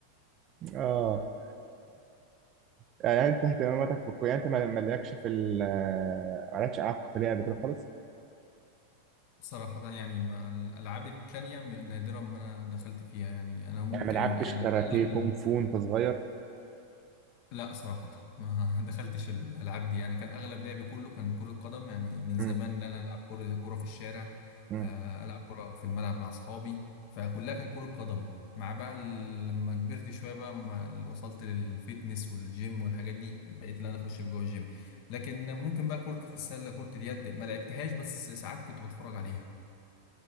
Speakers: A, on the right (about 30°); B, on the left (about 45°).
A: اه يعني يعني انت اهتماماتك في الكوره يعني انت ما- مالكش في ال آه، مالكش العاب قتاليه قبل كده خالص
B: صراحة يعني مع الألعاب التانية م- نادرا ما أنا دخلت فيها يعني أنا ممكن
A: يعني ما لعبتش
B: يعني
A: كاراتيه
B: أغلب
A: كونغ فو وانت صغير
B: لا صراحة ما <laughs> دخلتش الألعاب دي يعني كان أغلب لعبي كله كان كرة قدم يعني من
A: مم.
B: زمان إن أنا ألعب كرة كرة في الشارع
A: مم.
B: آه، ألعب كرة في الملعب مع أصحابي فكلها كان كرة قدم مع بقى ال- لما كبرت شوية بقى ما وصلت للفيتنس والجيم والحاجات دي بقيت إن أنا أخش في جوه الجيم لكن ممكن بقى كرة السلة كرة اليد ما لعبتهاش بس ساعات كنت بتفرج عليها